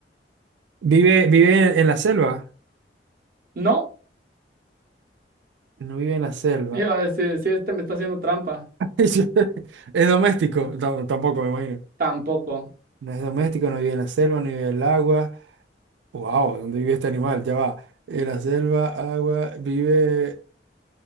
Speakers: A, on the right; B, on the right.
A: vive, vive en la selva.
B: No,
A: No vive en la selva.
B: iba a decir, sí, este me está haciendo trampa.
A: <laughs> Es doméstico. No, tampoco me imagino.
B: Tampoco.
A: No es doméstico, no vive en la selva, no vive en el agua. Wow, ¿dónde vive este animal? Ya va. En la selva, agua, vive,